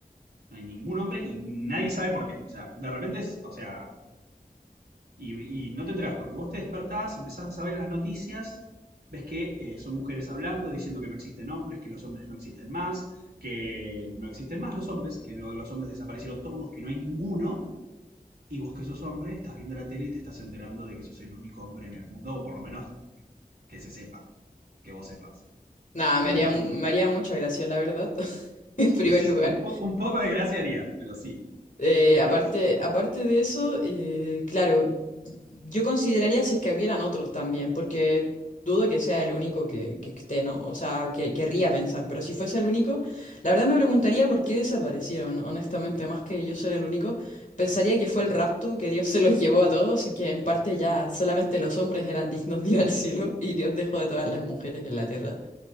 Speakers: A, on the right; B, on the left.
A: No hay ningún hombre y nadie sabe por qué. O sea, de repente, es, o sea, y, y no te enterás porque vos te despertás, empezás a ver las noticias, ves que eh, son mujeres hablando, diciendo que no existen hombres, que los hombres no existen más, que no existen más los hombres, que no- los hombres desaparecieron todos, que no hay ninguno. Y vos que sos hombre, estás viendo la tele y te estás enterando de que sos el único hombre en el mundo, o por lo menos que se sepa, que vos sepas.
B: Nada,
A: ¿Qué
B: me haría,
A: harías
B: me
A: ahí?
B: haría mucha gracia, la verdad, <laughs> en primer
A: <laughs>
B: lugar.
A: un, po- un poco de gracia haría, pero sí.
B: Eh,
A: ¿Qué harías?
B: aparte, aparte de eso, eh, claro, yo consideraría si es que hubieran otros también, porque dudo que sea el único que, que esté, ¿no? O sea, que querría pensar, pero si fuese el único, la verdad me preguntaría por qué desaparecieron, honestamente, más que yo ser el único, pensaría que fue el rapto, que Dios se los llevó a todos y que en parte ya solamente los hombres eran dignos de ir al cielo y Dios dejó a todas las mujeres en la tierra.